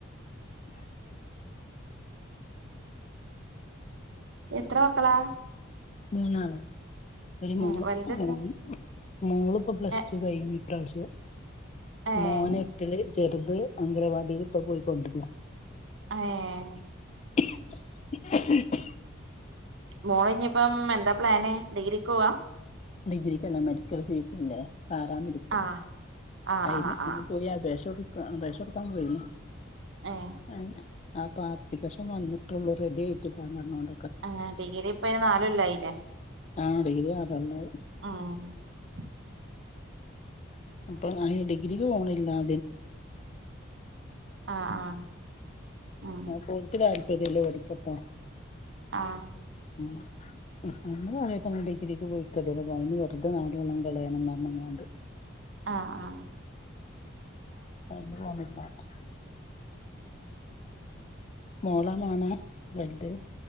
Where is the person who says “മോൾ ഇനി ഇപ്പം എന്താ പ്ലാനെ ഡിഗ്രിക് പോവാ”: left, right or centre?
Right